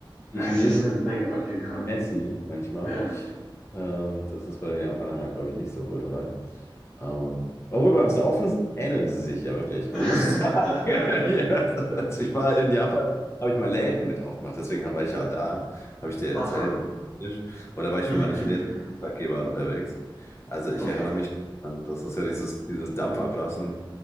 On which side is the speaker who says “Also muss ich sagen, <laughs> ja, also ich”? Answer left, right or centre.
Left